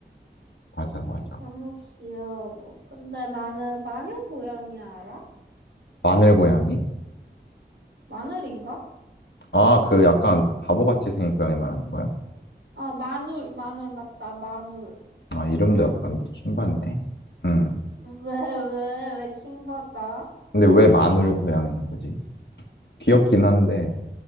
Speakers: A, on the left (about 70°); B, on the right (about 80°).
A: 맞아, 맞아.
B: 너무 귀여워. 근데 나는 마녀 고양이 알아?
A: 마늘 고양이?
B: 마늘인가?
A: 아, 그 약간 바보같이 생긴 고양이 말하는 거야?
B: 아, 마눌, 마눌, 맞다, 마눌.
A: 아, 이름도
B: 응.
A: 약간 킹받네. 응.
B: 왜, 왜, 왜 킹받아?
A: 근데 왜 마늘 고양이인 거지? 귀엽긴 한데,